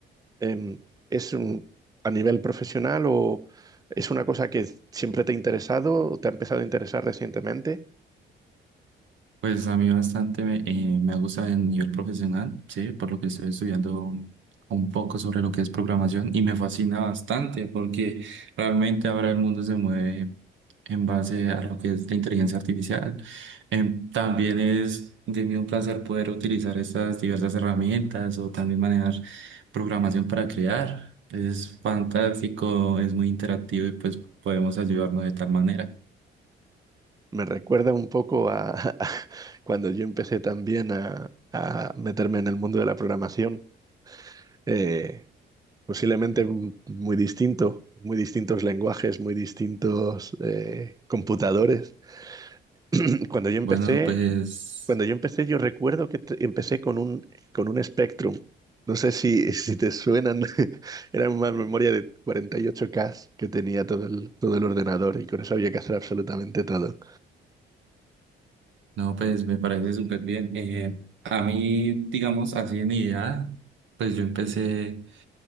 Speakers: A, on the right (about 20°); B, on the right (about 70°).
A: em, es un- a nivel profesional o es una cosa que siempre te ha interesado o te ha empezado a interesar recientemente?
B: Pues a mí bastante me, eh, me ha gustado el nivel profesional, sí, por lo que estoy estudiando un poco sobre lo que es programación y me fascina bastante porque realmente ahora el mundo se mueve en base a lo que es la inteligencia artificial. Em, también es de mí un placer poder utilizar estas diversas herramientas o también manejar programación para crear. Es fantástico, es muy interactivo y pues podemos ayudarnos de tal manera.
A: Me recuerda un poco a, <laughs> cuando yo empecé también a, a meterme en el mundo de la programación. Eh, posiblemente m- muy distinto, muy distintos lenguajes, muy distintos eh, computadores. <clears throat> Cuando yo empecé,
B: Bueno, pues...
A: cuando yo empecé, yo recuerdo que te- empecé con un con un Spectrum. No sé si, si te suenan, <laughs> era una memoria de 48K que tenía todo el, todo el ordenador y con eso había que hacer absolutamente todo.
B: No, pues me parece súper bien. Eh, a mí, digamos, así en idea, pues yo empecé